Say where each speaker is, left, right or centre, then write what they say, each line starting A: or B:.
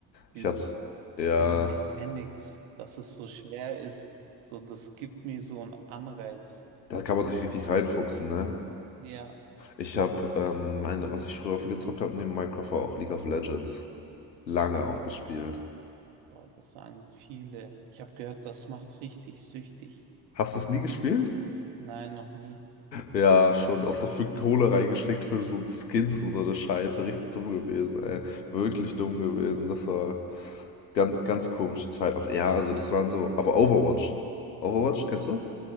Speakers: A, on the right; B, on the left.
A: Dieses,
B: Ich hatte, ja,
A: diese Mechanics, dass es so schwer ist, so, das gibt mir so einen Anreiz.
B: da kann man sich richtig reinfuchsen, ne?
A: Ja,
B: Ich habe, ähm, meine, was ich früher viel gezockt habe neben Minecraft war auch League of Legends. Lange auch gespielt.
A: boah, das sagen viele. Ich habe gehört, das macht richtig süchtig.
B: Hast du es nie gespielt?
A: Nein, noch nie.
B: Ja, schon auch so viel Kohle reingesteckt für so Skins und so eine Scheiße. Richtig dumm gewesen, ey. Wirklich dumm gewesen. Das war ganz, ganz komische Zeit. Auch, ja, also das waren so. Aber Overwatch. Overwatch, kennst du?